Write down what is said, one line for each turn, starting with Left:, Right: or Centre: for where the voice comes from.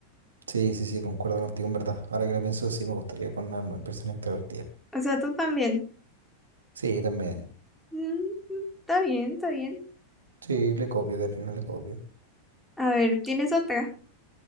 Right: Sí, sí, sí, concuerdo contigo, en verdad. Ahora que lo pienso, sí me gustaría con una persona introvertida.
Centre: O sea, tú también.
Right: Sí, también.
Centre: Mm, mm, está bien, está bien.
Right: Sí, le copio, de no le copio.
Centre: A ver, ¿tienes otra?